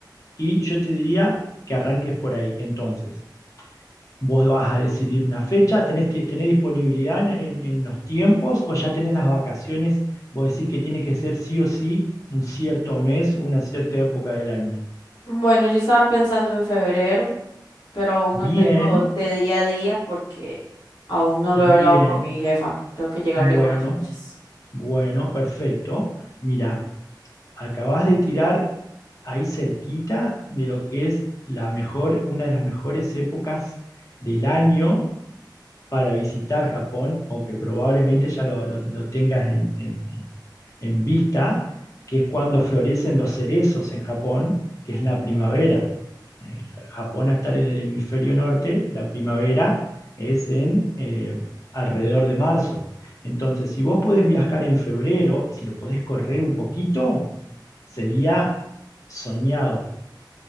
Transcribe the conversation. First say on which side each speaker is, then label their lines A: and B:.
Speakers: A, on the left; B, on the left.
A: y yo te diría que arranques por ahí. Entonces, vos vas a decidir una fecha, ¿tenés, ti- tenés disponibilidad en, en- en los tiempos o ya tenés las vacaciones? Vos decís que tiene que ser sí o sí un cierto mes o una cierta época del año.
B: Bueno, yo estaba pensando en febrero, pero aún
A: Bien,
B: no tengo de día a día porque aún no lo
A: bien,
B: he hablado con mi jefa. Tengo que llegarle
A: bueno,
B: con las fechas.
A: bueno, perfecto. Mira, acabás de tirar ahí cerquita de lo que es la mejor, una de las mejores épocas del año para visitar Japón o que probablemente ya lo, lo- lo tengas en, en- en vista, que es cuando florecen los cerezos en Japón, que es la primavera. Eh, Japón a estar en el hemisferio norte, la primavera es en eh, alrededor de marzo. Entonces, si vos podés viajar en febrero y si lo podés correr un poquito, sería soñado